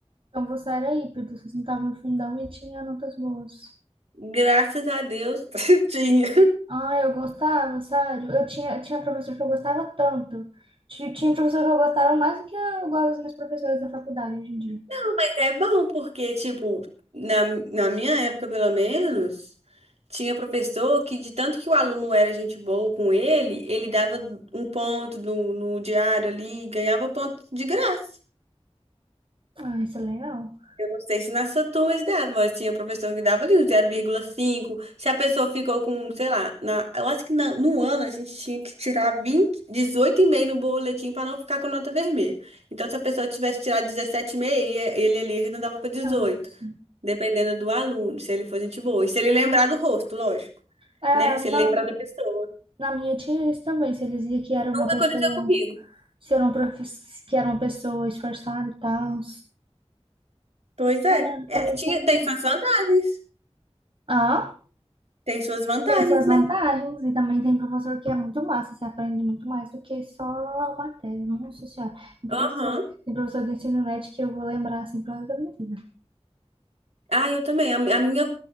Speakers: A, on the right; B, on the right.
A: então você era híbrido, você não tava no fundão e tinha notas boas.
B: Graças a Deus, <laughs> tinha.
A: Ah, eu gostava, sério. Eu tinha, tinha professor que eu gostava tanto. Ti- Tinha professor que eu gostava mais do que eu gosto dos meus professores da faculdade hoje em dia.
B: Não, mas é bom porque, tipo, na, na minha época, pelo menos, tinha professor que, de tanto que o aluno era gente boa com ele, ele dava um ponto no, no diário ali, ganhava ponto de graça.
A: Ah, isso é legal.
B: Eu não sei se nas sua turma dava, mas tinha professor que dava ali um zero vírgula cinco. Se a pessoa ficou com, sei lá, na, eu acho que na- no ano a gente tinha que tirar vinte, dezoito e meio no boletim para não ficar com nota vermelha. Então, se a pessoa tivesse tirado dezessete e meio, ele ali arredondava para dezoito,
A: Ah, sim.
B: dependendo do aluno, se ele for gente boa. E se ele lembrar do rosto, lógico,
A: É,
B: né? Se
A: não.
B: ele lembrar da pessoa.
A: Na minha tinha isso também. Se eles diziam que era uma
B: Nunca
A: pessoa,
B: aconteceu comigo.
A: se era uma, profe- que era uma pessoa esforçada e tal.
B: Pois é.
A: Ah,
B: É,
A: comigo
B: tinha,
A: também
B: tem
A: não.
B: suas vantagens.
A: Ah,
B: Tem suas vantagens,
A: tem suas
B: né?
A: vantagens. E também tem professor que é muito massa. Você aprende muito mais do que só a matéria. Nossa senhora. Tem professor,
B: Aham.
A: tem professor do ensino médio que eu vou lembrar assim pro resto da minha vida.
B: Ah, eu também. A, a minha.